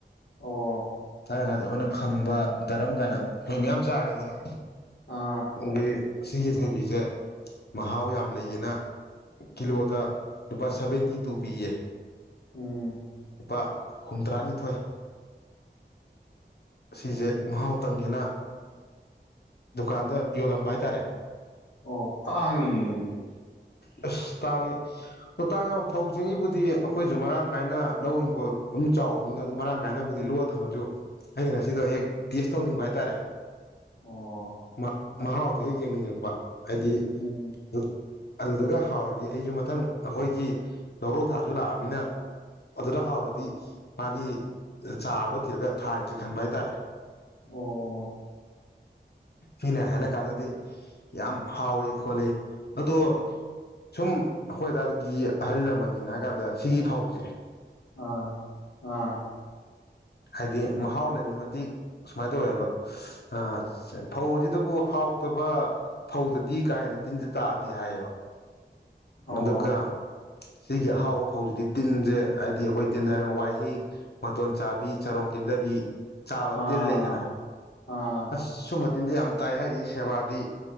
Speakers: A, on the left (about 75°); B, on the left (about 60°).
A: ꯑꯣ
B: ꯉꯔꯥꯡ‌ ꯅꯍꯥꯟꯗꯤ ꯑꯩꯈꯣꯏꯅ ꯈꯝꯕ ꯗꯔꯝ ꯀꯥꯏꯅ ꯑꯈꯣꯏꯅ ꯃꯌꯥꯝ ꯆꯥꯔꯦꯗꯅ
A: ꯑꯥ
B: ꯎꯒꯤ ꯑꯁꯤꯒꯤ ꯊꯣꯏꯕꯤꯁꯦ ꯃꯍꯥꯎ ꯌꯥꯝ ꯂꯩꯌꯦꯅ ꯀꯤꯂꯣꯗ ꯂꯨꯄꯥ ꯁꯚꯦꯟꯇꯤ ꯇꯨ ꯄꯤꯌꯦ
A: ꯎꯝ
B: ꯂꯨꯄꯥ ꯍꯨꯝꯇꯔꯥꯅꯤꯊꯣꯏ ꯁꯤꯁꯦ ꯃꯍꯥꯎ ꯇꯪꯒꯦꯅ ꯗꯨꯀꯥꯟꯗ ꯌꯣꯜꯂꯝꯕ ꯍꯥꯏꯇꯥꯔꯦ
A: ꯑꯣ ꯇꯥꯡꯉꯤꯅꯦ ꯑꯗꯨꯗꯤ
B: ꯑꯁ ꯇꯥꯡꯉꯤ ꯑꯣ ꯇꯥꯡꯉꯦ ꯐꯧ ꯆꯦꯡꯁꯤꯕꯨꯗꯤ ꯑꯩꯈꯣꯏꯁꯨ ꯃꯔꯥꯡ ꯀꯥꯏꯅ ꯂꯧ ꯍꯤꯡꯒꫭꯜ ꯑꯗꯨꯝ ꯆꯥꯎꯕꯅꯤꯅ ꯑꯗꯨꯝ ꯃꯔꯥꯡ ꯀꯥꯏꯅꯕꯨꯗꯤ ꯂꯣꯛꯑ ꯊꯝꯃꯁꯨ ꯑꯩꯅ ꯉꯁꯤꯗꯣ ꯍꯦꯛ ꯇꯦꯁ ꯇꯧꯅꯤꯡꯕ ꯍꯥꯏꯇꯥꯔꯦ
A: ꯑꯣ
B: ꯃꯥ ꯃꯍꯥꯎꯗꯣ ꯍꯦꯛ ꯌꯦꯡꯅꯤꯡꯉꯛꯄ ꯍꯥꯏꯗꯤ
A: ꯎꯝ
B: ꯗꯨꯠ ꯑꯗꯨꯗꯒ ꯍꯥꯎꯔꯗꯤ ꯑꯩꯁꯨ ꯃꯊꯪ ꯑꯈꯣꯏꯒꯤ ꯂꯧꯔꯣꯛ ꯊꯥꯁꯨ ꯂꯥꯛꯑꯃꯤꯅ ꯑꯗꯨꯗ ꯍꯥꯎꯔ ꯗꯤ ꯃꯥꯒꯤ ꯆꯥꯔꯗꯣ ꯊꯤꯔꯒ ꯊꯥꯡꯁꯦ ꯈꯟꯕ ꯍꯥꯏꯇꯥꯔꯦ
A: ꯑꯣ
B: ꯃꯤꯅꯥ ꯍꯥꯏꯅ ꯀꯥꯟꯗꯗꯤ ꯌꯥꯝ ꯍꯥꯎꯏꯤ ꯈꯣꯠꯂꯤ ꯑꯗꯣ ꯁꯨꯝ ꯑꯈꯣꯏ ꯑꯗꯥꯗꯒꯤ ꯑꯍꯜ ꯂꯃꯟꯅꯤꯅ ꯍꯥꯏꯒꯥꯟꯗ ꯁꯤꯒꯤ ꯐꯥꯎꯕꯁꯦ
A: ꯑꯥ ꯑꯥ
B: ꯍꯥꯏꯗꯤ ꯃꯍꯥꯎ ꯂꯩꯔꯤ ꯃꯇꯤꯛ ꯁꯨꯃꯥꯏ ꯇꯧꯋꯦꯍꯕ ꯑ ꯐꯧ ꯑꯁꯤꯗꯕꯨ ꯍꯥꯎꯇꯕ ꯐꯧꯗꯗꯤ ꯀꯥ ꯍꯦꯟꯅ ꯇꯤꯟꯖꯤ ꯇꯥꯗꯦ ꯍꯥꯏꯌꯦꯕ
A: ꯑꯣ
B: ꯑꯗꯨꯒ ꯁꯤꯒꯤ ꯑꯍꯥꯎꯕ ꯐꯧꯖꯤꯗꯤ ꯇꯤꯟꯖꯦ ꯍꯥꯏꯗꯤ ꯑꯩꯈꯣꯏ ꯇꯤꯟ ꯍꯥꯏꯔ ꯋꯥꯏꯍꯤꯛ ꯃꯇꯣꯟ ꯆꯥꯕꯤ ꯆꯥꯔꯣꯡ ꯀꯤꯟꯗꯕꯤ ꯆꯥꯕ
A: ꯑꯥ ꯑꯥ
B: ꯇꯤꯜ ꯂꯩꯗꯅ
A: ꯑꯥ
B: ꯑꯁ ꯁꯨꯝꯕ ꯇꯤꯟꯖꯦ ꯌꯥꯝ ꯇꯥꯏ ꯍꯥꯏꯔꯤ ꯁꯦꯕꯥꯗꯤ